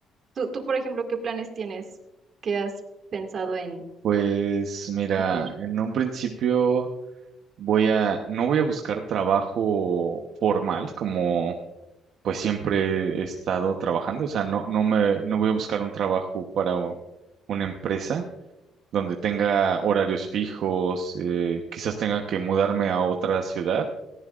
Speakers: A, on the right; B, on the right.
A: Tú, tú, por ejemplo, ¿qué planes tienes? ¿Qué has pensado en
B: Pues mira,
A: hacer?
B: en un principio voy a, no voy a buscar trabajo formal como pues siempre he estado trabajando, o sea, no, no me, no voy a buscar un trabajo para u- una empresa donde tenga horarios fijos, eh, quizás tenga que mudarme a otra ciudad,